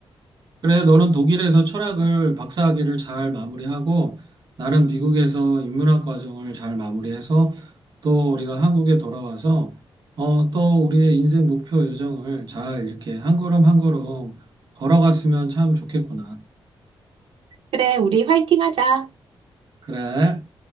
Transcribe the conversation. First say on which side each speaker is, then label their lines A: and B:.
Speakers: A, on the right; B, on the right.
A: 그래, 너는 독일에서 철학을 박사학위를 잘 마무리하고 나는 미국에서 인문학 과정을 잘 마무리해서 또 우리가 한국에 돌아와서 어, 또 우리의 인생 목표 요정을 잘 이렇게 한 걸음 한 걸음 걸어갔으면 참 좋겠구나.
B: 그래, 우리 화이팅 하자.
A: 그래.